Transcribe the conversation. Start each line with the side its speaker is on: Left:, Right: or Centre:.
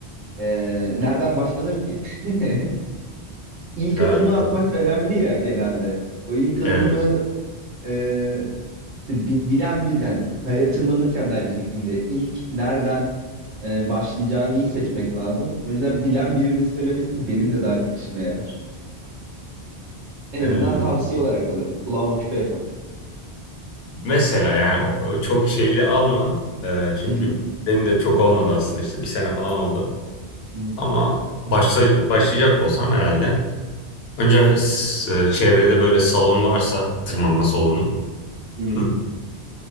Right: eee, nereden başlanır ki? <laughs> İlk
Left: Güzel
Right: adımı
Left: bir soru.
Right: atmak önemli ya genelde. O ilk adımı
Left: Evet.
Right: eee, işte bi- bilen bilen kayaya tırmanırken de aynı şekilde ilk nereden eee, başlayacağını iyi seçmek lazım. O yüzden bilen birinin söylemesi benim de daha çok işime yarar. En
Left: Ee,
Right: azından tavsiye olarak alırım. Kulağıma küpe yaparım.
Left: mesela yani o- o çok şeyli alma. Ee, çünkü
Right: Hı hı.
Left: benim de çok olmadı aslında işte bir sene falan oldu.
Right: Hı hı.
Left: Ama başla, başlayacak olsam herhalde. Önce s- çevrede böyle salon varsa tırmanma salonu.
Right: Hı hı.
Left: <laughs>